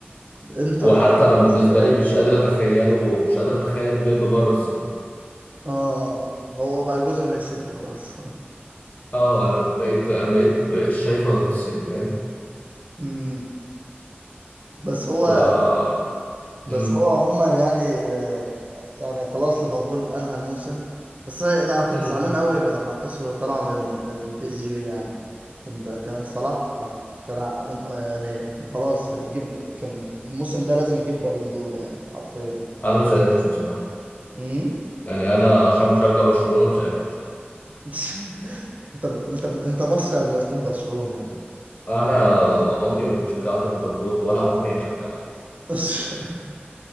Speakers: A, on the right; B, on the left.
A: انتر
B: وحتى
A: مثلا
B: انا بالنسبه
A: في ميلان
B: لي مش قادر اتخيله مش قادر اتخيل بيب بره السيتي
A: اه هو بقى جزء من السيتي خلاص
B: اه انا بقيت انا بقيت بقيتش شايفه الا في السيتي فاهم
A: <laughs> امم بس هو
B: ف
A: بس
B: مم.
A: هو عموما يعني آه، يعني خلاص ليفربول انهى الموسم بس هي- ده انا كنت
B: مم.
A: زعلان قوي لما خسروا طلعوا من من بي إس جي يعني كنت كان صلاح كان ع- يعني كان خلاص هيجيب كان الموسم ده لازم يجيب بالون دور يعني حرفيا
B: انا ما زعلتش بصراحه
A: امم
B: يعني انا عشان بشجع برشلونه ما زعلتش
A: <laughs> انت انت انت مصري قبل ما تكون برشلوني يا ابني
B: انا عمري ما شجعت ليفربول ولا عمري شجعت
A: <laughs>